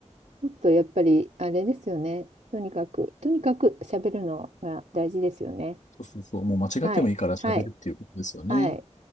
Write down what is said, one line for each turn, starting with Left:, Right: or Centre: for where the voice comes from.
Right: ちょっとやっぱりあれですよね。とにかく、とにかく喋るのが大事ですよね。
Left: そうそうそう、もう間違ってもいいから喋るっていうことですよね。
Right: はい、はい、はい。